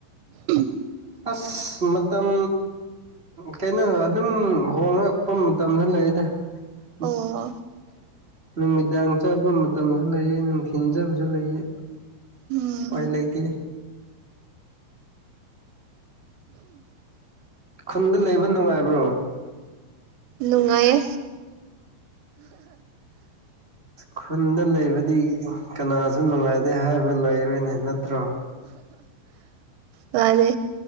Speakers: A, on the right (about 85°); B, on the right (about 15°).
A: ꯎꯝ <inaudible>
B: ꯑꯁ ꯃꯇꯝ ꯀꯩꯅꯣ ꯑꯗꯨꯝ ꯍꯣꯡꯂꯛꯄ ꯃꯇꯝꯁꯨ ꯂꯩꯗ ꯎ
A: ꯑꯣ
B: <inaudible> ꯅꯨꯃꯤꯗꯥꯡ ꯆꯥꯠꯕ ꯃꯇꯝꯁꯨ ꯂꯩꯑꯦ ꯅꯨꯡꯊꯤꯟ ꯆꯠꯕꯁꯨ ꯂꯩꯑꯦ
A: ꯎꯝ
B: ꯎꯄꯥꯏ ꯂꯩꯇꯦ ꯈꯨꯟꯗ ꯂꯩꯕ ꯅꯨꯡꯉꯥꯏꯕ꯭ꯔꯣ
A: ꯅꯨꯡꯉꯥꯏꯌꯦ
B: ꯈꯨꯟꯗ ꯂꯩꯕꯗꯤ ꯀꯅꯥꯁꯨ ꯅꯨꯡꯉꯥꯏꯗꯦ ꯍꯥꯏꯕ ꯂꯩꯔꯣꯏꯅꯦ ꯅꯠꯇ꯭ꯔꯣ
A: ꯃꯥꯅꯦ